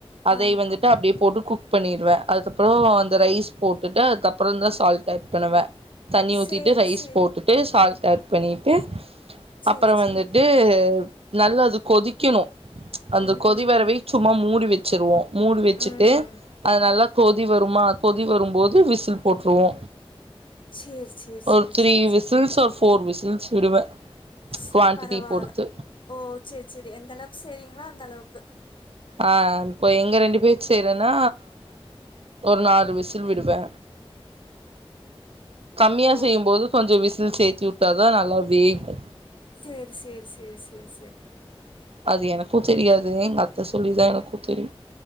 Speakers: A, on the right; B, on the left.
A: அதை
B: ஆ
A: வந்துட்டு அப்டியே போட்டு குக் பண்ணிடுவே அதுக்கப்புறொ அந்த ரைஸ் போட்டுட்டு அதுக் அப் அப்ரொந்தா சால்ட் ஆட் பண்ணுவே தண்ணி ஊத்திட்டு
B: சேரி
A: ரைஸ்
B: சேரி
A: போட்டுட்டு சால்ட் ஆட் பண்ணிட்டு
B: சேரி
A: அப்றொ
B: சேரி
A: வந்துட்டு நல்லா அது கொதிக்கனு அந்த
B: ம்
A: கொதிவரவை சும்மா மூடி வச் சுருவோ மூடி வச்சுட்டு
B: ம்
A: அது நல்லா கொ கொதி வருமா கொதி வரும்போது விசில் போற்றுவோ
B: சேரி சேரி
A: ஒரு
B: சேரி
A: த்ரீ
B: சேரி
A: விசில்ஸ் ஆர் ஃபோர் விசில்ஸ் விடுவே
B: ஸ்
A: குவான்டிட்டி
B: பரவால
A: பொறுத்து
B: ஓ செர் செரி எந்த அளவுக்கு செய்ரிங்களோ அந்த அளவுக் க்கு
A: ஆஹ் இப்ப எங்க ரெண்டு பேர் செய்றேனா ஒரு நாலு விசில் விடுவே கம்மியா
B: ஓ
A: செய்யும்போது கொஞ்சொ விசில் சேர்த்தி உட் டதா நல்லா வேகு
B: செரி செரி செர் செர் செ
A: அது எனக்கு தெரியாது எங்க அத்த சொல்லிதா எனக்கு தெரியு